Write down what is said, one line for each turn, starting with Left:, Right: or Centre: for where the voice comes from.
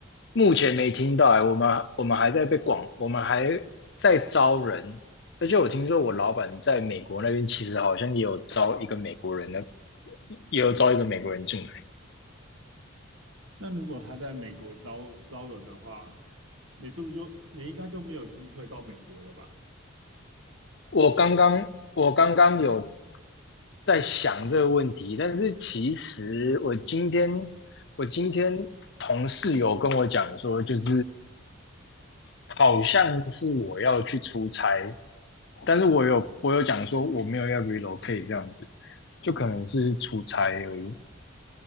Left: 目前没听到哎，我们我们还在被广，我们还在招人，而且我听说我老板在美国那边其实好像也有招一个美国人呢，也有招一个美国人进来。
Right: 那如果他在美国招招人的话，你是不是就你应该就没有机会到美国了吧？
Left: 我刚刚我刚刚有在想这个问题，但是其实我今天我今天同事有跟我讲说，就是好像是我要去出差，但是我有我有讲说我没有要 relocate 这样子，就可能是出差而已。